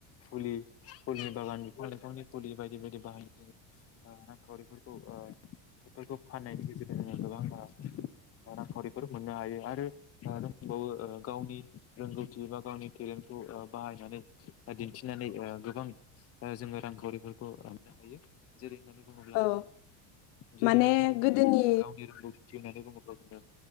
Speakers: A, on the left; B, on the left.
A: फुलि फुलनि बागान बिफां लाइफांनि फुलि बायदि बायदि बाहायना रांखावरिफोरखौ ओ बेफोरखौ फाननायनि गेजेरजों जोङो गोबां रांखावरिफोर मोननो हायो आरो जोंहा दंबावो ओ गावनि रोंगौथि बा गावनि टेलेन्टखौ ओ बाहायनानै दिन्थिनानै ओ गोबां जोङो रांखावरिफोरखौ मोननो हायो जेरै होननानै बुङोब्ला
B: औ
A: ओ जेरै
B: माने
A: होननानै बुङोब्ला
B: गोदोनि
A: जोङो गावनि रोंगौथि होननानै बुङोब्ला जोङो